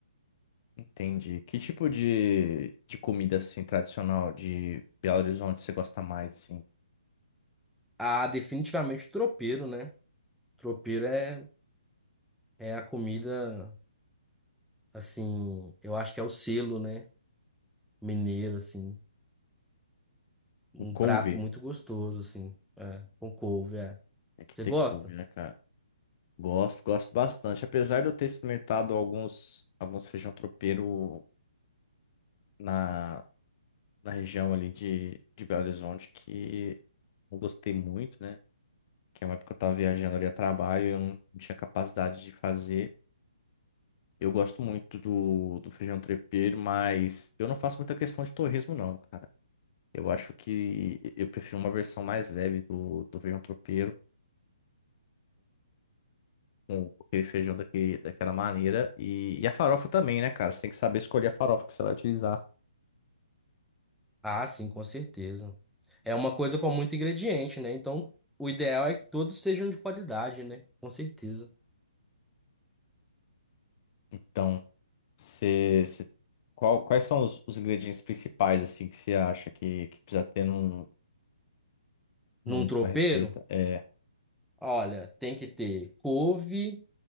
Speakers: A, on the left (about 35°); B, in the centre.
A: Entendi. Que tipo de, de comida assim tradicional de Belo Horizonte você gosta mais assim?
B: Ah, definitivamente o tropeiro, né? Tropeiro é, é a comida, assim, eu acho que é o selo, né? Mineiro, assim. Um
A: Com couve?
B: prato muito gostoso, assim. É, com couve, é.
A: É que
B: Você
A: ter
B: gosta?
A: couve, né, cara? Gosto, gosto bastante. Apesar de eu ter experimentado alguns, alguns feijão tropeiro na, na região ali de, de Belo Horizonte que não gostei muito, né? Que é uma época que eu tava viajando ali a trabalho eu não não tinha capacidade de fazer. Eu gosto muito do, do feijão tropeiro, mas eu não faço muita questão de torresmo, não, cara. Eu acho que eu prefiro uma versão mais leve do, do feijão tropeiro com aquele feijão daquele, daquela maneira. E, e a farofa também, né, cara? Você tem que saber escolher a farofa que você vai utilizar.
B: Ah, sim, com certeza. É uma coisa com muito ingrediente, né? Então, o ideal é que todos sejam de qualidade, né? Com certeza.
A: Então, você, você- qual- quais são os, os ingredientes principais, assim, que você acha que, que precisa ter num, numa
B: Num tropeiro,
A: receita? É,
B: olha, tem que ter couve,